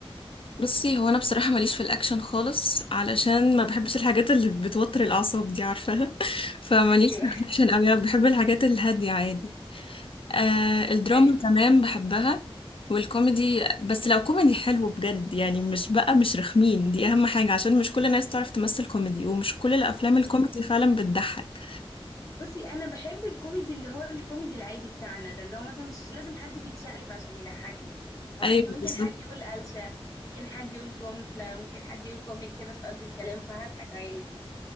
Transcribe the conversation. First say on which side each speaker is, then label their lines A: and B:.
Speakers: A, on the left (about 65°); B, on the left (about 35°).
A: بصي هو انا بصراحه ماليش في الاكشن خالص علشان ما بحبش الحاجات اللي بتوتر الاعصاب دي عارفاها <laughs> فماليش
B: ايوه
A: في الاكشن قوي أنا بحب الحاجات الهاديه عادي آه
B: <laughs>
A: الدراما
B: ايوه
A: كمان بحبها والكوميدي بس لو كوميدي حلو بجد يعني مش بقى مش رخمين دي أهم حاجة عشان مش كل الناس تعرف تمثل كوميدي ومش كل الأفلام
B: اكيد
A: الكوميدي فعلا بتضحك
B: بصي انا بحب الكوميدي اللي هو الكوميدي العادي بتاعنا ده اللي هو مثلا مش لازم حد بيتشقلب عشان يضحكني هو
A: أيوة
B: عادي
A: بالظبط
B: ممكن حد يقول قلشة ممكن حد يقول جملة ممكن حد يقول كوميك كده في قلب الكلام فهضحك عادي